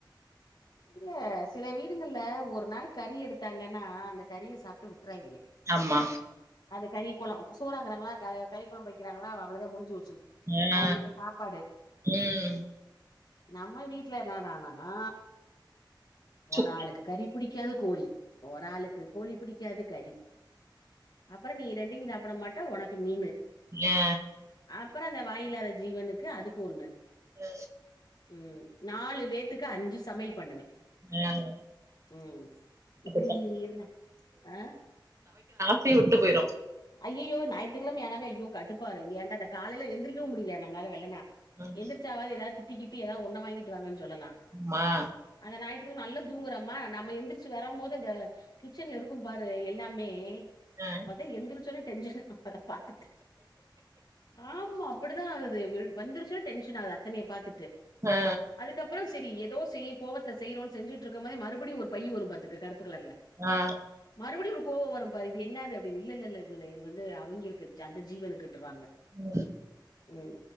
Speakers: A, on the left; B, on the right.
A: இல்ல சில வீடுங்கள்ல ஒரு நாள கறி எடுத்தாங்கன்னா அந்த கறிய சாப்ட்டு விட்றாய்ங்க
B: ஆமா
A: அது கறி கொழம் சோறாக்குராங்களா ஆ கறி கொழம்பு வைக்கிறாங்களா அவ்ளதா முடிஞ்சு போச் சு
B: ஆ
A: அவெங்க வீட்ல சாப்பாடு
B: ம்
A: நம்ம வீட்ல என்னடானாகா
B: சுக்
A: ஒரு ஆளுக்கு கறி கேன கோழி ஒராளுக்கு கோழி பிடிக் கேது கறி அப்பறம் நீ ரெண்டயு சாப் ப்பட மாட்ட உனக்கு மீனு
B: ஆ
A: அப்புறோ அந்த வாயில்லாத ஜீவனுக்கு அதுக்கு ஒண்ணு
B: அ
A: ம் நாலு பேத்துக்கு அஞ்சு சமையல் பண்ணுவே
B: ஆ
A: ம் இப்படி
B: அது சாப்ட்டு
A: இருங்க ஆ
B: சயு விட்டு போயிரு
A: அய்யையோ ஞாயித்துகெழம ஆனாவே ஐயோ கடுப்பாரு ஏண்டா இந்த காலைல எந்திரக்கவு முடியல நம்மளால வெள்ளனா
B: ம்
A: எந்திரிச்சாவது எதா திட்டிக்கிட்டு எதாவது ஒன்ன வாங்கிட்டு வாங்கன்னு சொல்லலா
B: ஆமா
A: அத ஞாயி நல்லா தூங்குறமா நம்ம எந்திரிச்சு வரோம் போது அந்த கிச்சன்ல இருக்கும் பாரு எல்லாமே
B: ஆ
A: அப்பதா எந்திரு ச்சோனே டென்ஷனு அத பாத்துட்டு ஆமா அப்படித் என்ன ஆகுது விட் வந்துருச்சு டென்ஷன் ஆகுது அத்தனைய பாத்துட் டு
B: ஆ
A: அதுக்கப்பறோ சரி எப் எதோ செய்யு கோவத்துல செய்ரோ செஞ்சிட்ருக்கும் போதே மறுபடியு ஒரு பை வரும் பாத்துக்க கரு ப்பு கலர்ல
B: ஆ
A: மறுபடியு ஒரு கோவ வரும் பாரு இது என்னாது அப்டின்னு இல்லல்லல்ல இல்லல்ல இது வந்து அவைங்களுக்கு அந்த ஜீவனுக்குன்ட்றுவாங்க
B: ம்
A: ம்